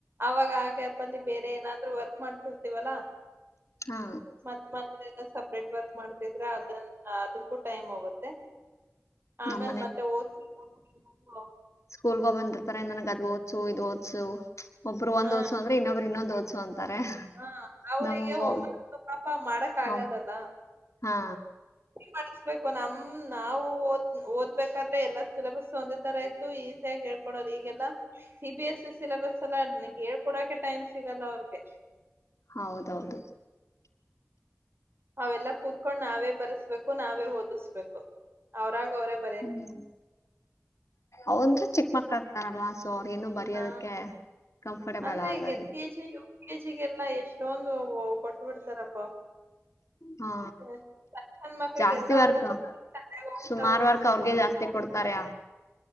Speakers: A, on the right; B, on the left.
A: ಅವಾಗ ಆ ಗ್ಯಾಪಲ್ಲಿ ಬೇರೆ ಏನ್. ಏನಾದ್ರೂ ವರ್ಕ್ ಮಾಡ್ತಿರ್ತೀವಲ್ಲಾ.
B: ಹಾ.
A: ಮತ್ ಮನಲ್ಲ ಸಪ್ರೇಟ್ ವರ್ಕ್ ಮಾಡ್ತಿದ್ರಾ ಅದನ್ನ ಅದಕ್ಕೂ ಟೈಮ್ ಹೋಗುತ್ತೆ. ಆಮೇಲ್
B: ನಮ್ಮ್
A: ಮತ್ತೆ ಓದ್. <unintelligible>
B: ಸ್ಕೂಲ್ಗೋ ಹೋಗಿ ಬಂದಿರ್ತಾರೆ ನನಗೆ ಅದ್ ಓದ್ಸು ಇದು ಓದ್ಸು. ಒಬ್ರು ಒಂದೊದ್ಸು
A: ಹ
B: ಅಂದ್ರೆ ಇನ್ನೊಬ್ರು ಇನ್ನೊಂದ್ ಓದ್ಸು ಅಂತಾರೆ.
A: ಹ ಅವ್ರಿಗೆ
B: ನಮ್ಗೊ
A: ಹೋಮ್ವರ್ಕ್ ಪಾಪ ಮಾಡಕ್ ಆಗಲ್ಲಲ್ಲ
B: ಹ ಹಾ.
A: ಮಾಡ್ಸಬೇಕು ನಮ್ ನಾವು ಓದ್ ಓದ್ಬೇಕಾದ್ರೆ ಎಲ್ಲಾ ಸಿಲೆಬಸ್ ಒಂದೆ ತರ ಇತ್ತು ಈಸಿ ಆಗ್ ಹೇಳ್. ಕೊಡೊದ್ ಈಗೆಲ್ಲಾ C B S C syllabus ಎಲ್ಲ ಅನ ಹೇಳ್ಕೊಡಕೆ ಟೈಮ್ ಸಿಗಲ್ಲ ಅವ್ರ್ಗೆ
B: ಹೌದ ಹೌದು.
A: ಅವೆಲ್ಲ ಕೂತ್ಕೊಂಡ್ ನಾವೇ ಬರಸ್ಬೇಕು ನಾವೇ ಓದುಸ್ಬೇಕು ಅವ್ರಾಗ ಅವರೇ.
B: ಹ್ಮ ಅವಂದ ಚಿಕ್ಕ ಮಕ್ಳಾಗ್ತಾರಲ್ವಾ ಸೋ ಇನ್ನು ಬರೆಯೋದಕ್ಕೆ
A: ಹಾ
B: ಕಂಫರ್ಟಬಲ್
A: ಅಂದ್ರೆ
B: ಆಗಾದ
A: ಈಗ ಎಲ್ ಕೆ ಕೆ ಜಿಗೆಲ್ಲಾ ಎಷ್ಟೊಂದು ಕೊಟ್ಟ ಬಿಡ್ತಾರಪ್ಪಾ.
B: ಹಾ
A: ಸಣ್ ಸಣ್ ಮಕ್ಕ್ಳಿಗೆಲ್ಲಾ
B: ಜಾಸ್ತಿ ವರ್ಕ್
A: ಒಂದೇ ಸತಿ. ತಲೆಗ್ ಹೋಗ್ತಾವೋ
B: ಸುಮಾರ್ ವರ್ಕ್
A: ಏನೋ
B: ಅವ್ರ್ಗೆ ಜಾಸ್ತಿ ಕೊಡ್ತಾರೆ